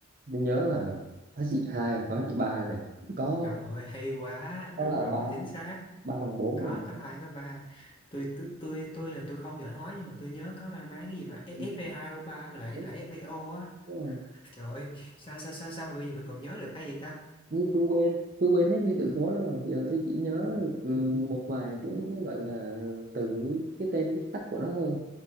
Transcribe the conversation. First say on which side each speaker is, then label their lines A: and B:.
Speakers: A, on the right (about 45°); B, on the left (about 25°).
A: tôi nhớ là hóa trị hai hoặc hóa trị ba này có
B: Trời ơi, hay quá,
A: có
B: đúng
A: là
B: rồi,
A: ba
B: chính xác.
A: ba bằng bốn
B: Có
A: rồi
B: có
A: này.
B: hai có ba. Tôi tôi tôi tôi là tôi không giỏi hóa nhưng mà tôi nhớ có mang máng cái gì mà fe
A: Ừ,
B: hai o ba với lại
A: đúng
B: là FeO á.
A: đúng rồi
B: Trời ơi, sao sao sao sao mà bây giờ mình còn nhớ được hay vậy ta?
A: như tôi quên tôi quên hết nguyên từ khối rồi giờ tôi chỉ nhớ được ừ, một vài cái gọi là từ cái tên viết tắt của nó thôi